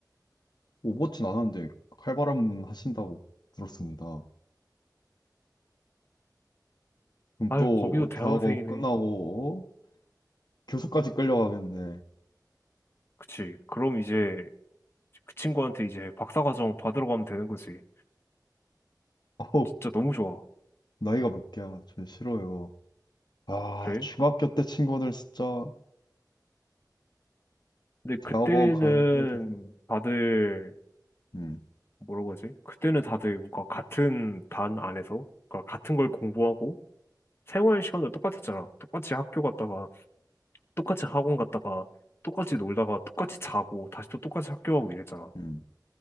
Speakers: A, on the left (about 70°); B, on the left (about 35°).
A: 오버워치 안 하는데 칼바람 하신다고 들었습니다. 그럼
B: 아유
A: 또
B: 거기도 대학원생이네.
A: 대학원 끝나고 교수까지 끌려가겠네.
B: 그치. 그럼 이제 그 친구한테 이제 박사과정 받으러 가면 되는 거지.
A: 어우,
B: 진짜 너무 좋아.
A: 나이가 몇 개야. 전 싫어요. 아,
B: 그래?
A: 중학교 때 친구들 진짜
B: 근데
A: 대학원
B: 그때는
A: 갈 때가 돼서.
B: 다들
A: 음.
B: 뭐라고 하지? 그때는 다들 뭔가 같은 반 안에서 그러니까 같은 걸 공부하고 생활 시간도 똑같았잖아. 똑같이 학교 갔다가 똑같이 학원 갔다가 똑같이 놀다가 똑같이 자고 다시 또 똑같이 학교 가고 이랬잖아.
A: 음.